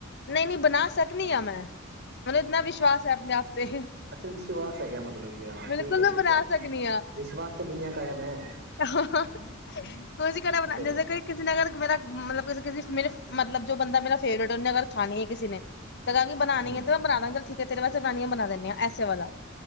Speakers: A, on the left; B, on the right.
A: ਨਹੀਂ ਨਹੀਂ ਬਣਾ ਸਕਦੀ ਆ ਮੈਂ ਮੈਨੂੰ ਇੰਨਾ ਵਿਸ਼ਵਾਸ ਹੈ ਆਪਣੇ ਆਪ ਤੇ
B: ਅੱਛਾ ਵਿਸ਼ਵਾਸ ਹੈਗਾ ਮਤਲਬ ਜੀ ਹਾਂ
A: ਬਿਲਕੁਲ
B: ਠੀਕ ਹੈ
A: ਨੂੰ
B: ਠੀਕ
A: ਬਣਾ
B: ਹੈ
A: ਸਕਣੀ ਹ
B: ਵਿਸ਼ਵਾਸ ਤੇ ਦੁਨੀਆਂ ਕਾਇਮ ਹੈ
A: ਆ ਉਹਸੀ ਕਲਾ ਬਣਾਉਦੇ
B: ਸਹੀ ਗੱਲ
A: ਕੋਈ ਕਿਸੇ ਨਾਰ ਮੇਰਾ ਮਤਲਬ ਕਿਸੇ ਕਿਸੇ ਮੇਰੇ ਮਤਲਬ ਜੋ ਬੰਦਾ ਮੇਰਾ ਫੇਵ ਅਗਰ ਖਾਨੀ ਹੈੇ ਨੇ ਤਾਂ ਕਿ ਬਾਨੀ
B: ਹੂੰ
A: ਹੈੈਂ ਬਣਾ ਠੀ ਤੇਰੇ ਵਸ ਸੈਨਾਨੀਆਂ ਬਣਾ ਦਿੰ ਹ ਆ ਐੇ ਵ ਵਾਲਾ